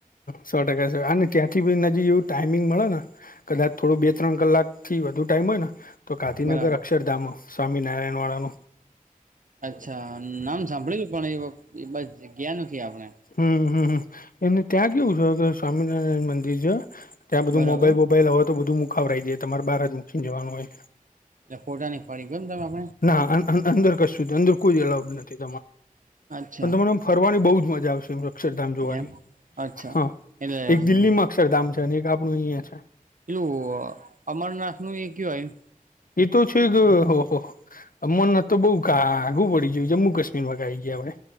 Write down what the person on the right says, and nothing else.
બરાબર
અચ્છા નામ સાંભળીલું પણ એ બાજ ગ્યા નથી આપણે
બરાબર
ફોટા ની પાડી કો એમ <unintelligible>
અચ્છા
એમ અચ્છા
એટલે
પેલું અમરનાથ નું એ ક્યો આયુ